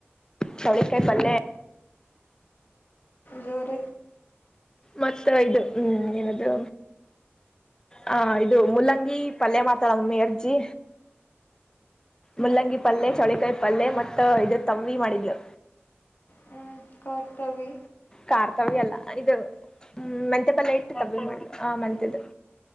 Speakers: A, on the left; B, on the left.
A: ಚೌಳಿಕಾಯ
B: ಹ್ಮ್
A: ಪಲ್ಲ
B: ಜರ
A: ಮತ್ತ ಇದು ಹ್ಮ್ ಏನಾದ್ೂ ಹ ಇದು ಮುಲ್ಲಂಗಿ ಪಲ್ಯ ಮಾತಾಡ ಮೇರ್ಜಿ ಮುಲ್ಲಂಗಿ ಪಲ್ೆ ಚಳಕಾಯಿ ಪಲ್ೆ ಮತ್ತ ಇದು ತವ್ವಿ ಮಾಡಿದ್ಲು
B: ಹ್ಮ್ ಕಾರ್ತವಿ
A: ಕಾರ್ತವ್ಯ ಅಲ್ಲ ಇದು ಹ್ಮ್ ಮೆಂತೆ ಪಲ್ಲ ಇಟ್ಟತವ ಆ ಮೆಂತೆ್ದ